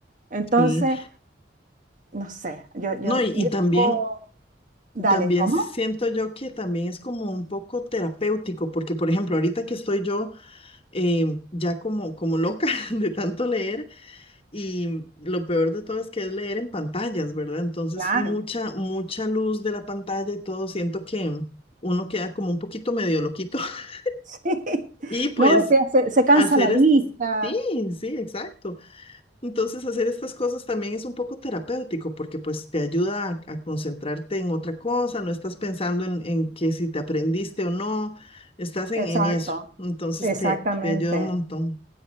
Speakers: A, on the right (about 45°); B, on the left (about 30°).
A: Entonces,
B: sí.
A: no sé, yo, yo,
B: No, y, y
A: yo,
B: también,
A: digo, dale,
B: también
A: ¿cómo?
B: siento yo que también es como un poco terapéutico, porque por ejemplo, ahorita que estoy yo em, ya como, como loca <laughs> de tanto leer, Y lo peor de todo es que es leer en pantallas, ¿verdad? Entonces,
A: Claro,
B: mucha, mucha luz de la pantalla y todo, siento que uno queda como un poquito medio loquito. <laughs>
A: <laughs> sí,
B: Y pues
A: no, es que se, se cansa
B: hacer
A: la vista.
B: es... Sí, sí, exacto. Entonces, hacer estas cosas también es un poco terapéutico porque pues te ayuda a, a concentrarte en otra cosa, no estás pensando en, en que si te aprendiste o no, estás en,
A: Exacto,
B: en eso. Entonces,
A: exactamente.
B: te, te ayuda un montón.